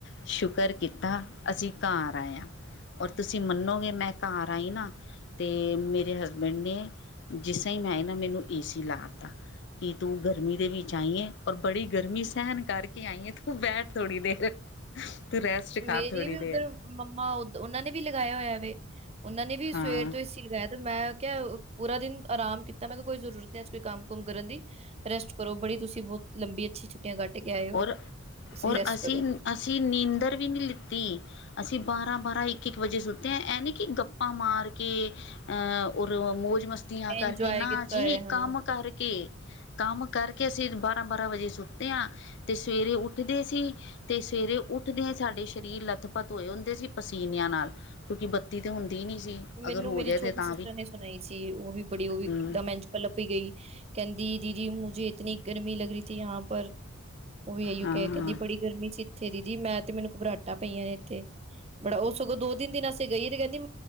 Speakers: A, on the left (about 55°); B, on the right (about 30°).
A: ਸ਼ੁਕਰ ਕੀਤਾ ਅਸੀਂ ਘਰ ਆਏ ਆ। ਔਰ ਤੁਸੀਂ ਮੰਨੋਗੇ ਮੈਂ ਘਰ ਆਈ ਨਾ ਤੇ ਮੇਰੇ ਹਸਬੈਂਡ ਨੇ ਜਿਸ ਤਰ੍ਹਾਂ ਹੀ ਮੈਂ ਨਾ ਮੈਨੂੰ ਏ ਸੀ ਲਾ ਤਾ। ਕਿ ਤੂੰ ਗਰਮੀ ਦੇ ਵਿੱਚ ਆਈ ਏ ਔਰ ਬੜੀ ਗਰਮੀ ਸਹਿਣ ਕਰਕੇ ਆਈ ਹੈ ਤੂੰ ਬੈਠ ਥੋੜੀ ਦੇਰ ਤੂੰ ਰੈਸਟ ਕਰ
B: ਮੇਰੀ
A: ਥੋੜੀ
B: ਵੀ
A: ਦੇਰ
B: ਉੱਧਰ ਮੰਮਾ ਉਦ ਉਹਨਾਂ ਨੇ ਵੀ ਲਗਾਇਆ ਹੋਇਆ ਵ ਉਹਨਾ ਨੇ ਵੀ
A: ਹਾਂ
B: ਸਵੇਰ ਤੋਂ ਇਸ ਸੀ ਲਗਾਇਆ ਤੇ ਮੈਂ ਕਿਹਾ ਪੂਰਾ ਦਿਨ ਆਰਾਮ ਕੀਤਾ ਮੈਂ ਕਿਹਾ ਕੋਈ ਜ਼ਰੂਰਤ ਨ ਅੱਜ ਕੋਈ ਕੰਮ ਕੁਮ ਕਰਨ ਦੀ ਰੈਸਟ ਕਰੋ ਬੜੀ ਤੁਸੀਂ ਬਹੁਤ ਲੰਬੀ ਅੱਛੀ ਛੁੱਟੀਆਂ ਕੱਟ ਕੇ ਆਏ ਹੋ
A: ਔਰ
B: ਤੁਸੀਂ
A: ਔਰ
B: ਰੈਸਟ
A: ਅਸੀਂ
B: ਕਰੋ
A: ਅਸੀਂ ਨੀਂਦਰ ਵੀ ਨਹੀਂ ਲਿੱਤੀ ਅਸੀਂ ਬਾਰਾਂ ਬਾਰਾਂ ਇੱਕ ਇੱਕ ਵਜੇ ਸੁੱਤੇ ਆ ਇਹਨ ਕਿ ਗੱਪਾਂ ਮਾਰ ਕੇ ਅਹ ਰ ਮ ਮੌਜ ਮਸਤੀਆਂ
B: ਇੰਜੋਏ
A: ਕਰਕੇ ਨਾ
B: ਕੀਤਾ
A: ਜੀ
B: ਹੋਇਆ ਹਾਂ
A: ਕੰਮ ਕਰਕੇ ਕੇ ਕੰਮ ਕਰਕੇ ਅਸੀਂ ਬਾਰਾਂ ਬਾਰਾਂ ਵਜੇ ਸੁੱਤੇ ਹ ਤੇ ਸਵੇਰੇ ਉੱਠਦੇ ਸੀ ਤੇ ਸਵੇਰੇ ਉੱਠਦਿਆਂ ਸਾਡੇ ਸਰੀਰ ਲੱਥਪੱਥ ਹੋਏ ਹੁੰਦੇ ਸੀ ਪਸੀਨਿਆਂ ਨਾਲ ਕਿਉਂਕਿ ਬੱਤੀ ਤੇ ਹੁੰਦੀ ਨੀ ਸੀ।
B: ਮੈਨੂੰ
A: ਅਗਰ ਹੋ
B: ਮੇਰੀ
A: ਜਾਏ ਤੇ
B: ਛੋਟੀ
A: ਤਾਂ
B: ਸਿਸਟਰ
A: ਵੀ
B: ਨੇ ਸੁਣਾਈ ਸੀ। ਉਹ ਵੀ ਬੜੀ ਉਹ
A: ਹਮ
B: ਵੀ <unintelligible> <unintelligible> ਪੀ ਗਈ। ਕਹਿੰਦੀ-ਦੀਦੀ ਮੁਝੇ ਇਤਨੀ ਗਰਮੀ ਲਗ ਰਹੀ ਥੀ ਯਾਂ ਪਰ ਉਹ ਵੀ ਇਓ
A: ਹਾਂ
B: ਕ
A: ਹਾਂ
B: ਕਹਿੰਦੀ ਬੜੀ ਗਰਮੀ ਸੀ। ਇੱਥੇ ਦੀਦੀ ਮੈਂ ਤੇ ਮੈਨੂੰ ਘਬਰਾਹਟਾਂ ਪਈਆਂ ਨੇ ਇੱਥੇ ਬੜਾ ਉਹ ਸਗੋਂ ਦੋ, ਤਿੰਨ ਦਿਨ ਅਸੀਂ ਗਈ ਤੇ ਕਹਿੰਦੀ-